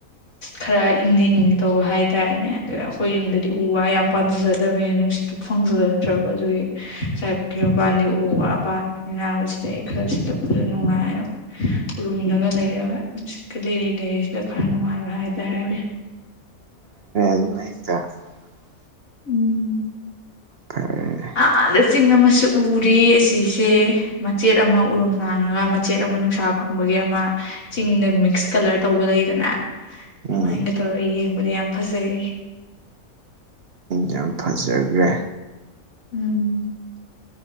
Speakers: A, on the left; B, on the right.
A: ꯈꯔ ꯏꯪꯂꯤ ꯏꯪꯂꯤ ꯇꯧꯕ ꯍꯥꯏꯇꯥꯔꯦꯅꯦ ꯑꯗꯩꯢ ꯑꯩꯈꯣꯏ ꯌꯨꯝꯗꯗꯤ ꯎ ꯋꯥ ꯌꯥꯝ ꯄꯥꯟꯖꯗꯕꯅꯤꯅ ꯅꯨꯡꯁꯤꯠꯇꯨ ꯐꯪꯖ ꯗ꯭ꯔꯕ ꯑꯗꯨꯒꯤ ꯁꯋ꯭ꯥꯢ ꯄꯨꯈ꯭ꯔꯤ ꯃꯄꯥꯟꯗꯤ ꯎ ꯋꯥ ꯄꯥꯟꯕꯅꯤꯅ ꯅꯨꯡꯁꯤꯠ ꯑꯌꯤꯡꯕ ꯈꯔ ꯁꯤꯠꯂꯛ ꯄꯗꯨ ꯅꯨꯡꯉꯥꯢꯅ ꯎꯔꯨꯝꯗꯒ ꯂꯩꯔꯒ ꯁꯨꯡꯁꯤꯠꯀ ꯂꯤꯔꯤ ꯂꯩꯔꯤ ꯁꯤꯠꯂ ꯈꯔ ꯅꯨꯡꯉꯥꯏꯕ ꯍꯥꯏ ꯇꯥꯔꯦꯅꯦ
B: <unintelligible>
A: ꯎꯝ
B: ꯐꯔꯦꯅꯦ
A: ꯑꯥꯗ ꯆꯤꯡ ꯑꯃꯁꯨ ꯎꯔꯤ ꯑꯁꯤꯁꯦ ꯃꯆꯦꯠ ꯑꯃ ꯎꯔꯨꯝ ꯂꯥꯡꯉꯒ ꯃꯆꯦꯠ ꯑꯃ ꯅꯨꯡ ꯁꯥ ꯐꯪꯕꯒꯤ ꯑꯃ ꯆꯤꯡꯗ ꯃꯤꯛꯁ ꯀꯂꯔ ꯇꯧꯕ ꯂꯩꯗꯅ ꯑꯗꯨꯃꯥꯏꯅꯒ
B: ꯎꯝ
A: ꯇꯧꯔꯒ ꯌꯦꯡꯕꯗ ꯌꯥꯝ ꯐꯖꯩ
B: ꯌꯥꯝ ꯐꯖꯒ꯭ꯔꯦ
A: ꯎꯝ